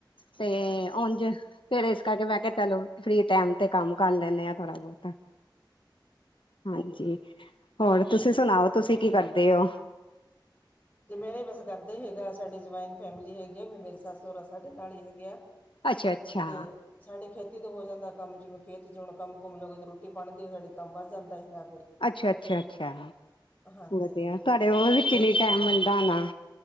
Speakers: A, on the left (about 85°); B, on the left (about 20°).
A: ਤੇ ੳਉਂਝ ਫਿਰ ਇਸ ਕਰਕੇ ਮੈਂ ਕਿਹਾ ਚਲੋ ਫਰੀ ਟੈਮ ਤੇ ਕੰਮ ਕਰ ਲੈਂਨੇ ਆ ਥੋੜਾ ਬਹੁਤਾ। ਹਾਂਜੀ ਹੋਰ ਤੁਸੀਂ ਸੁਣਾਓ
B: ਅੱਛਾ
A: ਤੁਸੀਂ ਕੀ ਕਰਦੇ ਔ?
B: ਜੇ ਮੇਰੇ ਬਸ ਘਰਦੇ ਈ ਹੈਗਾ, ਸਾਡੇ ਜੁਆਇੰਨ ਫੈਮਿਲੀ ਹੈਗੀ। ਵੀ ਮੇਰੇ ਸੱਸ- ਸੋਹਰਾ ਸਾਡੇ ਨਾਲ ਈ ਹੈਗੇ ਆ
A: ਅੱਛਾ-ਅੱਛਾ,
B: ਤੇ ਸਾਡੇ ਖੇਤੀ ਤੋਂ ਹੋ ਜਾਂਦਾ ਕੰਮ, ਜਿਵੇਂ ਖੇਤ 'ਚ ਹੁਣ ਕੰਮ ਕੁੰਮ ਲਓਗੇ ਤਾਂ ਰੋਟੀ ਬਣਦੀਆ ਸਾਡੇ ਕੰਮ ਵੱਧ ਜਾਂਦਾ ਹੈਗਾ ਫਿਰ
A: ਅੱਛਾ, ਅੱਛਾ, ਅੱਛਾ
B: ਹਾਂਜੀ
A: ਵਧੀਆ। ਤੁਹਾਡੇ ਉਹ ਵਿੱਚ
B: ਤੇ
A: ਈ ਨੀ ਟੈਮ ਮਿਲਦਾ ਹੋਣਾ।